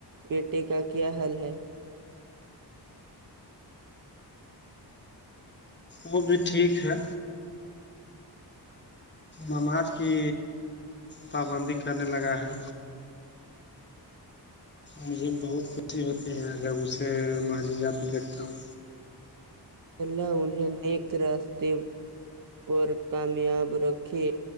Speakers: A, on the right (about 50°); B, on the left (about 25°).
A: بیٹے کا کیا حال ہے
B: وہ بھی ٹھیک ہے نماز کی پابندی کرنے لگا ہے مجھے بہت خوشی ہوتی ہے جب اسے ماجید جاتے دیکھتا ہوں
A: اللہ انہیں نیک راستے پر کامیاب رکھے